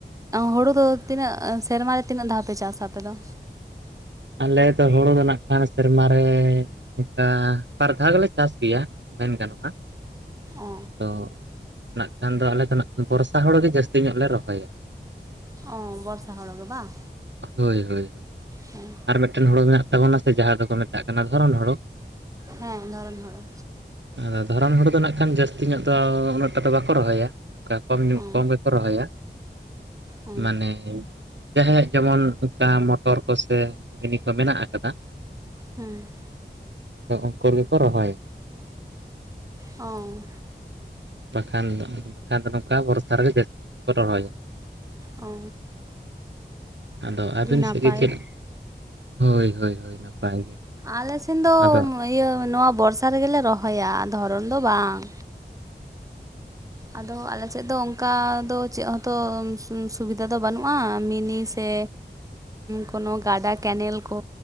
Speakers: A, on the right; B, on the right.
A: ᱦᱩᱲᱩ ᱫᱚ ᱛᱤᱱᱟᱹᱜ ᱥᱮᱨᱢᱟ ᱨᱮ ᱛᱤᱱᱟᱹᱜ ᱫᱷᱟᱣ ᱯᱮ ᱪᱟᱥᱟ ᱟᱯᱮ ᱫᱚ?
B: ᱟᱞᱮ ᱫᱚ ᱦᱩᱲᱩ ᱫᱚ ᱱᱟᱜ ᱠᱷᱟᱱ ᱥᱮᱨᱢᱟ ᱨᱮ ᱚᱱᱠᱟ ᱵᱟᱨ ᱫᱷᱟᱣ ᱜᱮᱞᱮ ᱪᱟᱥ ᱜᱮᱭᱟ ᱢᱮᱱ ᱜᱟᱱᱚᱜᱼᱟ
A: ᱚ
B: ᱟᱫᱚ- ᱱᱟᱜ ᱠᱷᱟᱱ ᱫᱚ ᱟᱞᱮ ᱫᱚ ᱱᱟᱜ ᱵᱚᱨᱥᱟ ᱦᱳᱲᱳ ᱜᱮ ᱡᱟᱹᱥᱛᱤ ᱧᱚᱜ ᱞᱮ ᱨᱚᱦᱚᱭᱟ
A: ᱚ ᱵᱚᱨᱥᱟ ᱦᱚᱲ ᱜᱮ ᱵᱟᱝ
B: ᱦᱳᱭ ᱦᱳᱭ
A: ᱦᱮᱸ <unintelligible>
B: ᱟᱨ ᱢᱤᱫ ᱴᱮᱱ ᱦᱳᱲᱳ ᱢᱮᱱᱟᱜ ᱛᱟᱵᱚᱱᱟ ᱥᱮ ᱡᱟᱦᱟᱸ ᱫᱚᱠᱚ ᱢᱮᱛᱟᱜ ᱠᱟᱱᱟ ᱫᱷᱚᱨᱚᱱ ᱦᱳᱲᱳ
A: ᱦᱮᱸ ᱫᱷᱚᱨᱚᱱ ᱦᱳᱲᱳ
B: ᱟᱫᱚ ᱫᱷᱚᱨᱚᱱ ᱦᱳᱲᱳ ᱫᱚ ᱱᱟᱜ ᱠᱷᱟᱱ ᱡᱟᱹᱥᱛᱤ ᱧᱚᱜ ᱫᱚ ᱩᱱᱟᱹᱜ ᱴᱟᱜ ᱫᱚ ᱵᱟᱠᱚ ᱨᱚᱦᱚᱭᱟ ᱚᱱᱠᱟ ᱠᱚᱢ ᱧᱩᱜ
A: ᱚ
B: ᱠᱚᱢ ᱜᱮᱠᱚ ᱨᱚᱦᱚᱭᱟ
A: ᱚ
B: ᱢᱟᱱᱮ ᱡᱟᱦᱟᱸᱭᱟᱜ ᱡᱮᱢᱚᱱ ᱚᱱᱠᱟ ᱢᱚᱴᱚᱨ ᱠᱚ ᱥᱮ ᱢᱤᱱᱤ ᱠᱚ ᱢᱮᱱᱟᱜ ᱟᱠᱟᱫᱟ
A: ᱦᱮᱸ
B: ᱟᱫᱚ ᱩᱱᱠᱩ ᱜᱮᱠᱚ ᱨᱚᱦᱚᱭᱟ
A: ᱚᱻ
B: ᱵᱟᱠᱷᱟᱱ ᱵᱟᱠᱷᱟᱱ ᱫᱚ ᱱᱚᱝᱠᱟ ᱵᱚᱨᱥᱟ ᱨᱮᱜᱮ ᱡᱟᱹᱥᱛᱤ ᱧᱚᱜ ᱠᱚ ᱨᱚᱦᱚᱭᱟ
A: ᱚᱻ
B: ᱟᱫᱚ ᱟᱹᱵᱤᱱ
A: ᱱᱟᱯᱟᱭ
B: ᱥᱮᱫ ᱜᱮ <inaudible> ᱦᱳᱭ ᱦᱳᱭ ᱦᱳᱭ ᱱᱟᱯᱟᱭ ᱜᱮ᱾ᱟᱫᱚ
A: ᱟᱞᱮ ᱥᱮᱱ ᱫᱚ ᱤᱭᱟᱹ ᱱᱚᱣᱟ ᱵᱚᱨᱥᱟ ᱨᱮᱜᱮᱞᱮ ᱨᱚᱦᱚᱭᱟ᱾ ᱫᱷᱚᱨᱚᱱ ᱫᱚ ᱵᱟᱝ ᱟᱫᱚ ᱟᱞᱮᱥᱮᱫ ᱫᱚ ᱚᱱᱠᱟ ᱫᱚ ᱪᱮᱫ ᱦᱚᱸᱛᱚ ᱥᱩᱵᱤᱫᱷᱟ ᱫᱚ ᱵᱟᱹᱱᱩᱜᱼᱟ᱾ ᱢᱤᱱᱤ ᱥᱮ ᱠᱚᱱᱳ ᱜᱟᱰᱟ ᱠᱮᱱᱮᱞ ᱠᱚ